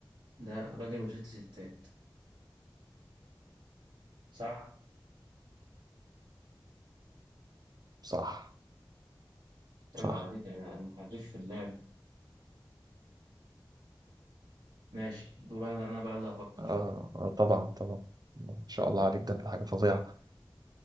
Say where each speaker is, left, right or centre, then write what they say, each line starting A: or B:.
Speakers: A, on the right; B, on the right.
A: ده راجل وست ستات صح؟
B: صح صح
A: عيب عليك أنا أنا حريف في اللعب ماشي دور أنا أنا بقى اللي هفكر
B: آه, آه طبعا طبعا ما شاء الله عليك ده أنت حاجة فظيعة